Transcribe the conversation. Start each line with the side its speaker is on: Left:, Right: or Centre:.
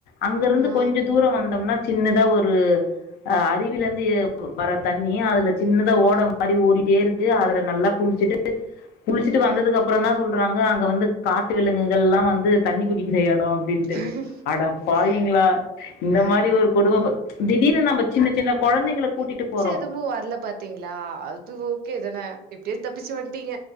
Left: அங்கருந்து
Right: ஆ
Left: கொஞ்சொ தூரோ வந்தம்னா சின்னதா ஒரு அ அருவிலந்து எ வர தண்ணிய அதுல சின்னதா ஓட
Right: ஆ
Left: மாரி ஓடிட்டே இருக்கு அதுல நல்லா குளிச்சுட்டு குளிச்சுட்டு
Right: ஆ
Left: வந்ததுக்கப்பறந்தா சொல் றாங்க அங்க வந்து காட்டு விலங்குகள்ல்லா வந்து தண்ணி குடிக்கிற எடோ அப்
Right: ம்ம் ஹ
Left: அட பாவிங்களா இந்த மாரி ஒரு கொடும ப திடீர்னு நம்ம சின்ன சின்ன கொழந்தங்கள கூட்டிட்டு போறோ
Right: ந்தமு வர்ல பாத்தீங்களா அது ஓகேதானே எப்டியோ தப்பிச்சு வந்ட்டீங்க